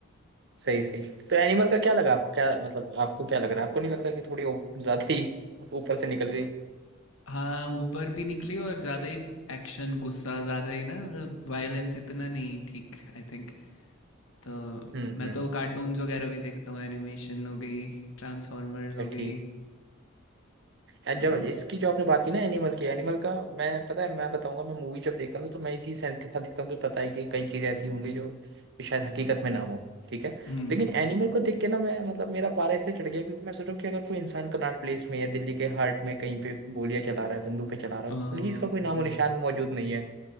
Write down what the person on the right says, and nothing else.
सही सही तो एनिमल का क्या लगा आपको क्या मतलब आपको क्या लग रहा है आपको नहीं लगता कि थोड़ी ओ- ज्यादा ही ऊपर से निकल गई
हम्म
हम्म
अच्छा
ठीक यार
जब इसकी जो आपने बात की ना एनिमल की एनिमल का मैं पता है मैं बताऊंगा मैं मूवी जब देखता हूँ ना, तो मैं इसी सेंस के साथ देखता हूँ कि पता है कि कई चीजें ऐसी होंगी जो शायद हकीकत में ना हो ठीक है
लेकिन एनिमल को देख के ना मैं मतलब मेरा पारा इससे चढ़ गया क्योंकि मैं सोच रहा हूँ कि अगर कोई इंसान कनॉट प्लेस में या दिल्ली के हार्ट में कहीं पे गोलियां चला रहा है बंदूकें चला रहा
है
पुलिस का कोई नामो निशान मौजूद नहीं है